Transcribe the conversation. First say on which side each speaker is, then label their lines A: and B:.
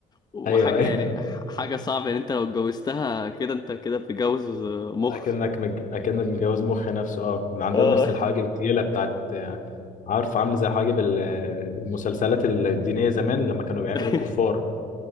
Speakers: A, on the left (about 25°); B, on the left (about 50°).
A: وحاجه
B: ايوه ايوه
A: يعني
B: <laughs>
A: ح- حاجه صعبه يعني انت لو اتجوزتها كده انت كده بتتجوز مخ
B: اكنك مج... اكنك متجوز مخ نفسه اه وعندهم
A: اه
B: نفس الحواجب التقيله بتاعت آه، عارف عامله زي حواجب ال- المسلسلات الدينيه زمان لما كانوا بيعملوا
A: <laughs>
B: الكفار